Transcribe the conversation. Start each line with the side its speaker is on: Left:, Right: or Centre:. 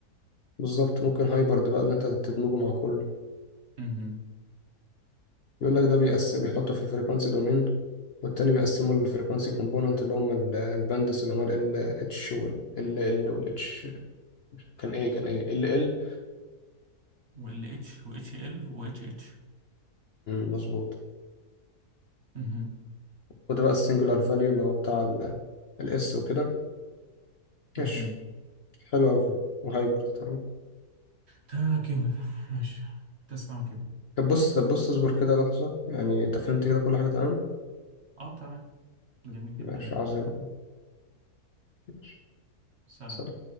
Left: بالظبط ممكن هايبرد بقى اللي انت تدمجه مع كله
Right: مهم.
Left: يقول لك ده بيقسم بيحطه في فريكوانسي دومين والتاني بيقسمه الفريكوانسي كومبوننت اللي هم ال- الباندس اللي هم ال اتش وال ال ال وال اتش كان ايه كان ايه ال ال
Right: و ال اتش و اتش ال و اتش اتش
Left: مظبوط
Right: مهم.
Left: وده بقى السنجولار فاليو اللي هو بتاع الاس وكده
Right: مهم.
Left: ماشي حلو أوي كده وهايبر تمام
Right: تمام يا كيمو ماشي تسمع يا كيمو
Left: طب بص طب بص اصبر كده لحظة يعني انت فهمت كده كل حاجة تمام
Right: اه تمام جميل جدا
Left: ماشي
Right: يعني
Left: عظيم ماشي
Right: سلام
Left: سلام.